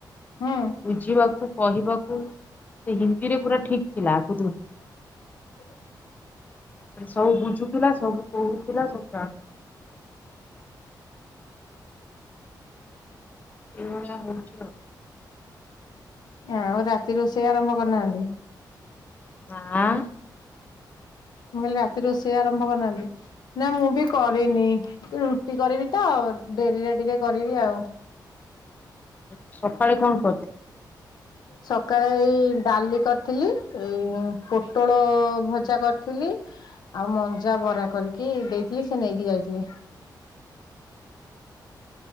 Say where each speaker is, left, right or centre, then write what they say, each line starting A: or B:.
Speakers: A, on the left; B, on the left.
A: ହଁ।
B: ବୁଝିବାକୁ କହିବାକୁ ସେ ହିନ୍ଦୀରେ ପୁରା ଠିକ୍ ଥିଲା ଆଗରୁ।
A: <inaudible>
B: ସବୁ ବୁଝୁଥିଲା ସବୁ କହୁଥିଲା ସବୁ ଜାଣୁ ଏଇଭଳିଆ ହଉଚି ଆଉ।
A: ଆଉ ରାତି ରୋଷେଇ ଆରମ୍ଭ କରିନାହାନ୍ତି?
B: ନାଁ।
A: ମୁଁ କଇଲି ରାତି ରୋଷେଇ ଆରମ୍ଭ କରିନାହାନ୍ତି ନା ମୁଁ ବି କ ରିନି ରୁଟି କରିବି ତ ଡେରିରେ ଟିକେ କରିବି ଆଉ‌।
B: ଏ ସକାଳେ କଣ <unintelligible>
A: ସକାଳେ ଏଇ ଡାଲି କରିଥିଲି ଏଇ ପୋଟଳ ଭଜା କରିଥିଲି। ଆଉ ମଞ୍ଜା ବରା କରିକି ଦେଇଥିଲି ସେ ନେଇକି ଯାଇଥିଲେ।